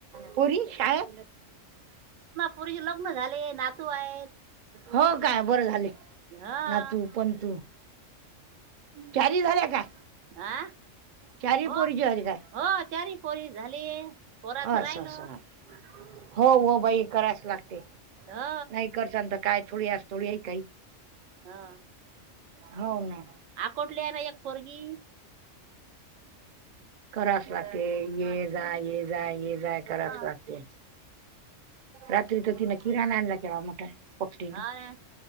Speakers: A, on the right (about 55°); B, on the right (about 80°).
A: पोरी शाळेत?
B: पुरीचे लग्न झाले, नातू आहेत.
A: हो काय बरं झाले,
B: हा
A: नातू पणंतू चारी झाल्या का?
B: हा
A: चारी
B: हो
A: पोरीचे झाली काय?
B: हो चारी पोरी झालीय, पोराच राहिल.
A: असं असं. हा. हो, हो बाई करायच लागते,
B: हो
A: नाही करचान काय थोडी, अस थोडी आहे काही
B: हा.
A: हो, ना.
B: आकोटल्या ला एक पोरगी
A: करावच लागते, ये -जा, ये- जा, ये जाय, करावच
B: हा
A: लागते, रात्री तर तिने किराणा आणला केवढा मोठा. पोटीन,
B: हा ना